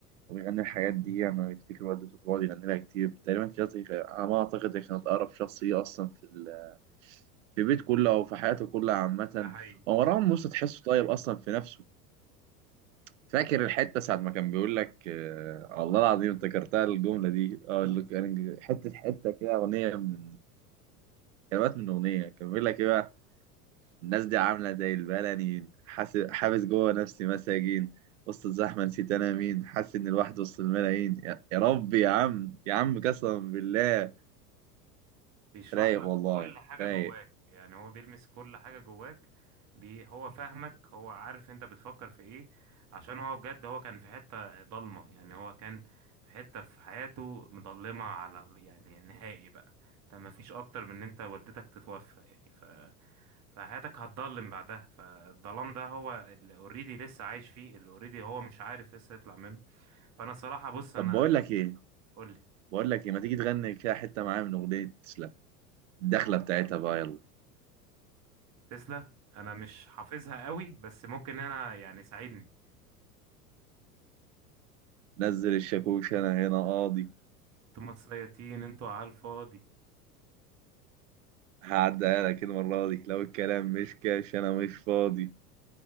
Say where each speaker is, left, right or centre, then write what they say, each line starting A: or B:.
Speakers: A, on the right (about 50°); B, on the right (about 35°).
A: وبيغني الحاجات دي يعني بيفتكر والدته بيقعد يغني لها كتير تقريبا كده زي- على ما أعتقد هي كانت أقرب شخصية أصلا في ال... في البيت كله أو في حياته كلها عامة
B: ده حقيقي
A: ومروان موسى تحسه طيب أصلا في نفسه فاكر الحتة ساعة ما كان بيقول لك آه والله العظيم افتكرتها الجملة دي اه اللي كان حتة حتة كده أغنية من كلمات من أغنية كان بيقول لك إيه بقى الناس دي عاملة زي البلنيين حاس- حابس جوه نفسي مساجين وسط الزحمة نسيت أنا مين حاسس إن الواحد وسط الملايين يا يا ربي يا عم يا عم قسما بالله
B: بيشرح
A: رايق
B: لك
A: والله
B: كل حاجة
A: رايق
B: جواك يعني هو بيلمس كل حاجة جواك بي هو فاهمك هو عارف انت بتفكر في ايه عشان هو بجد هو كان في حتة ضلمة يعني هو كان في حتة في حياته مضلمة على ال- يعني نهائي بقى انت ما فيش اكتر من ان انت والدتك تتوفى يعني ف... فحياتك هتضلم بعدها فالظلام ده هو اللي اوريدي لسه عايش فيه اللي اوريدي هو مش عارف لسه يطلع منه فانا الصراحة بص
A: طب
B: انا
A: بقول لك إيه
B: قولي
A: بقول لك إيه ما تيجي تغني كده حتة معايا من أغنية تسلم الدخلة بتاعتها بقى يلا
B: تسلا انا مش حافظها قوي بس ممكن انا يعني ساعدني
A: نزل الشاكوش أنا هنا قاضي
B: انتوا متسيطين انتوا على الفاضي
A: هعديها لك المرة دي لو الكلام مش كاش أنا مش فاضي